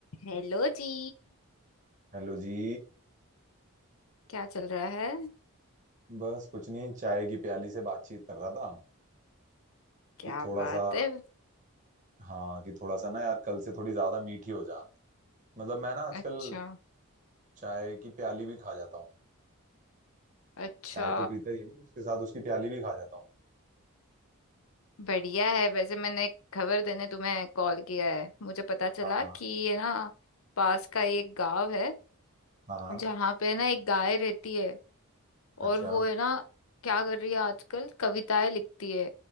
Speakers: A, on the left (about 70°); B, on the right (about 35°).
A: Hello जी
B: Hello जी
A: क्या चल रहा है
B: बस कुछ नहीं चाय की प्याली से बातचीत कर रहा था
A: क्या
B: कि थोड़ा
A: बात
B: सा
A: है
B: हाँ कि थोड़ा सा ना यार कल से थोड़ी ज्यादा मीठी हो जा मतलब मैं ना आजकल
A: अच्छा
B: चाय की प्याली भी खा जाता हूँ
A: अच्छा
B: चाय तो पीता ही हूँ उसके साथ उसकी प्याली भी खा जाता हूँ
A: बढ़िया है वैसे मैंने एक खबर देने तुम्हें कॉल किया है मुझे पता चला
B: हाँ
A: कि ये ना पास का ही एक गांव है
B: हाँ हाँ
A: जहाँ पे ना एक गाय रहती है
B: अच्छा
A: और वो है ना क्या कर रही है आजकल कविताएं लिखती है